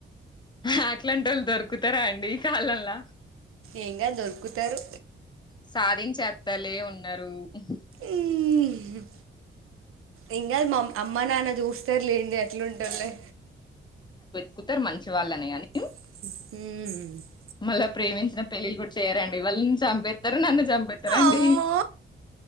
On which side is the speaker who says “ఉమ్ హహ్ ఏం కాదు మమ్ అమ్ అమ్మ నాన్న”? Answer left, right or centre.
Right